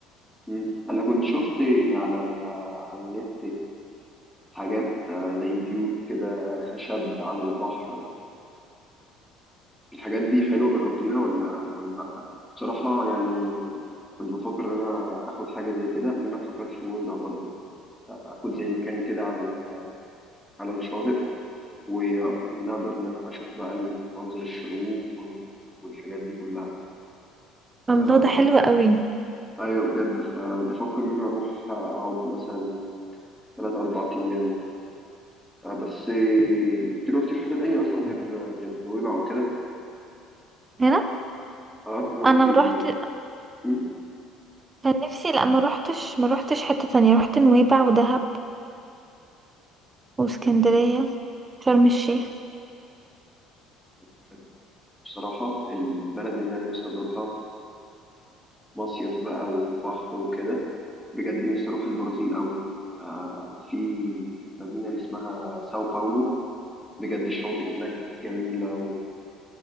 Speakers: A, in the centre; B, on the right (about 25°).
A: مم. انا كنت شفت على ال... على النت حاجات زي بيوت كده خشب على البحر الحاجات دي حلوة جربتيها ولا ولا لا بصراحة يعني كنت بفكر ان انا اخد حاجة زي كده لان انا فكرت في نويبع برضه اخد زي مكان كده على ال... على الشاطئ ونقدر ان انا اشوف بقى منظر الشروق وال- والحاجات دي كلها
B: الله
A: آه
B: ده حلو قوي
A: ايوه بجد فبفكر ان انا اروح اقعد مثلا ثلاث اربع ايام آه، بس آه، انت روحتي في حتة تانية أصلا غير غير نويبع وكده
B: هنا
A: اه روحتي
B: انا روحت
A: مم؟
B: كان نفسي لا ما روحتش ما روحتش حته تانية روحت نويبع ودهب واسكندريه شرم الشيخ
A: مم. حلو بصراحة البلد اللي أنا نفسي أزورها كمصيف بقى وبحر وكده بجد نفسي أروح البرازيل قوي آه في مدينة اللي اسمها ساو باولو بجد الشواطئ هناك جميلة و-